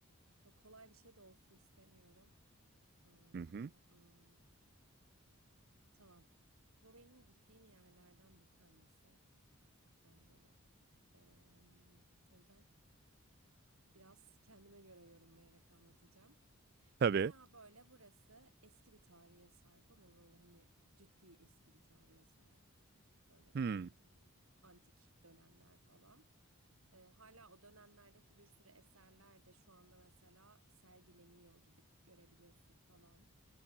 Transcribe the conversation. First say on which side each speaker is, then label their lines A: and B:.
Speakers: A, on the right; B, on the right.
A: Böyle kolay bir şey de olsun istemiyorum. Hmm,
B: Hı hı.
A: hmm, hmm. Tamam. Bu benim gittiğim yerlerden bir tanesi. Yani böyle. em, o yüzden biraz kendime göre yorumlayarak anlatacağım.
B: Tabii.
A: Baya böyle burası eski bir tarihe sahip ama böyle hani ciddi eski bir tarihe sahip. Böyle
B: Hmm.
A: mm, antik dönemler falan. Ee, hala o dönemlerdeki bir sürü eserler de şu anda mesela sergileniyor. Gidip görebiliyorsun falan.